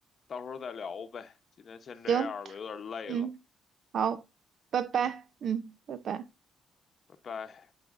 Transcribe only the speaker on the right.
行，
嗯，好，拜拜，嗯，拜拜。